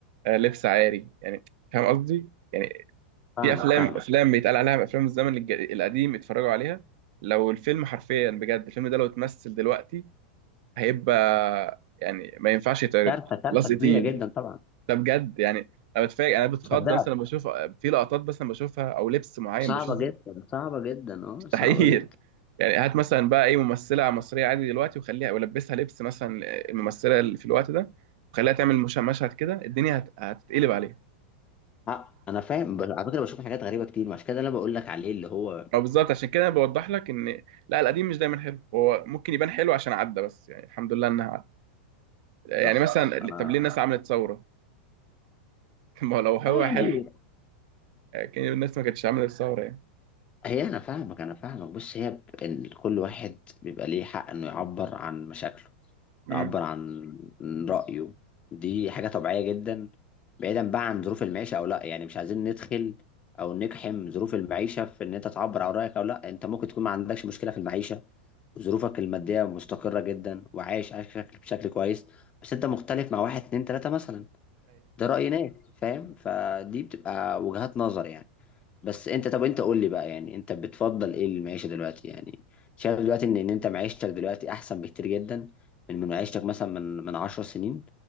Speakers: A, on the right; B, on the left.
A: آه، لبس عاري يعني فاهم قصدي؟ يعني
B: فاهمك
A: في أفلام
B: فاهمك
A: أفلام بيتقال عليها أفلام الزمن الج- القديم اتفرجوا عليها لو الفيلم حرفيا بجد الفيلم ده لو اتمثل دلوقتي هيبقى يعني ما ينفعش يتعرض
B: كارثه كارثه
A: لصق
B: كبيره
A: تقيل
B: جدا طبعا
A: ده بجد يعني انا بتفاجئ انا بتخض
B: مصدقك
A: مثلا لما بشوف في لقطات بس لما بشوفها او لبس معين
B: صعبه
A: بشوفه
B: جدا صعبه جدا اه
A: مستحيل
B: صعبه جدا
A: يعني هات مثلا بقى اي ممثله مصريه عادي دلوقتي وخليها ولبسها لبس مثلا الممثله اللي في الوقت ده وخليها تعمل مش- مشهد كده الدنيا هت- هتتقلب عليها
B: آه انا فاهم بس على فكره بشوف حاجات غريبه كتير مش كده اللي انا بقول لك عليه اللي هو
A: ما بالظبط عشان كده انا بوضح لك ان لا القديم مش دايما حلو هو ممكن يبان حلو عشان عدى بس يعني الحمد لله انها عدى يعني
B: صح
A: مثلا
B: انا
A: طب ليه الناس عملت ثوره <laughs> ما هو لو هو
B: آه، يعني
A: حلو كان الناس ما كانتش عملت ثوره يعني
B: هي انا فاهمك انا فاهمك بص هي ب- إن كل واحد بيبقى ليه حق انه يعبر عن مشاكله
A: امم
B: يعبر عن رايه دي حاجه طبيعيه جدا بعيدا بقى عن ظروف المعيشه او لا يعني مش عايزين ندخل او نقحم ظروف المعيشه في ان انت تعبر عن رايك او لا انت ممكن تكون ما عندكش مشكله في المعيشه ظروفك المادية مستقرة جدا وعايش عايش بشكل بشكل كويس بس انت مختلف مع واحد اتنين تلاتة مثلا ده رأي ناس فاهم فدي بتبقى وجهات نظر يعني بس انت طب انت قول لي بقى يعني انت بتفضل ايه المعيشة دلوقتي يعني شايف دلوقتي ان ان انت معيشتك دلوقتي احسن بكتير جدا من من معيشتك مثلا من من عشر سنين